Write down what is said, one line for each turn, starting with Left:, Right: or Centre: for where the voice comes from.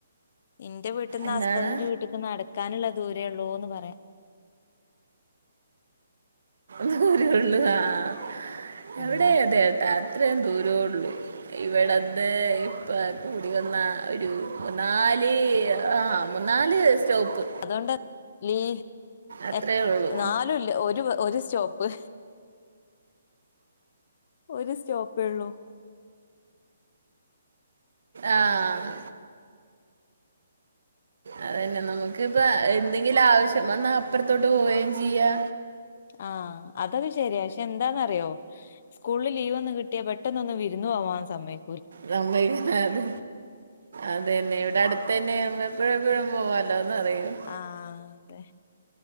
Left: ന്റെ വീട്ട്ന്ന്
Right: എന്താണ്
Left: ഹസ്ബൻഡിന്റെ വീട്ട് ക്ക് നടക്കാനുള്ള ദൂരേള്ളൂ ന്ന് പറയാ
Right: ദൂരേള്ളു ആഹ് അവിടെ
Left: ഉം
Right: അതെ അത്രയും ദൂരേള്ളു ഇവിടന്ന് ഇപ്പൊ കൂടി വന്ന ഒരു നാല് ആഹ് മുന്നാല് സ്റ്റോപ്പ്
Left: അതോണ്ട ലീവ്
Right: അത്രേ
Left: എ
Right: ഉള്ളൂ
Left: നാലുല്ല ഒരു ഒരു സ്റ്റോപ്പ് ഒരു സ്റ്റോപ്പേ ള്ളൂ
Right: ആഹ് അതന്നെ നമുക്ക് പ്പോ എന്തെങ്കിലും ആവശ്യം വന്നാ അപ്പുറത്തോട്ട് പോവയും ചെയ്യാ
Left: ആഹ് അതൊക്കെ ശരിയാ ക്ഷെ എന്താന്നറിയോ സ്കൂളിൽ ലീവ് ഒന്ന് കിട്ടിയാൽ പെട്ടെന്ന് ഒന്ന് വിരുന്നു പോവാൻ സമ്മയി
Right: സമ്മയികൂല അത് അതന്നെ ഇവിടെ അടു ടുത്തന്നെ ആവുമ്പോ എപ്പഴും എപ്പഴും പോവാലോന്ന് അറിയും
Left: ആഹ് അതെ